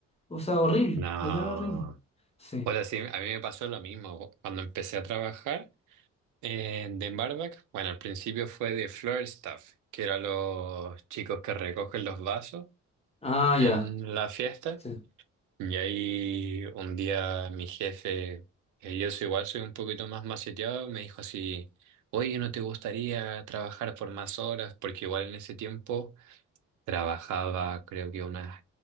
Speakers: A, on the left (about 20°); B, on the right (about 75°).
A: O sea, horrible,
B: No.
A: literal horrible. Sí.
B: Bueno, sí, a mí me pasó lo mismo cuando empecé a trabajar en de barback. Bueno, al principio fue de floor staff, que eran los chicos que recogen los vasos
A: Ah,
B: en
A: ya.
B: la fiesta.
A: Sí.
B: Y ahí un día mi jefe, que yo soy igual soy un poquito más maceteado, me dijo así, oye, ¿no te gustaría trabajar por más horas? Porque igual en ese tiempo trabajaba, creo que unas,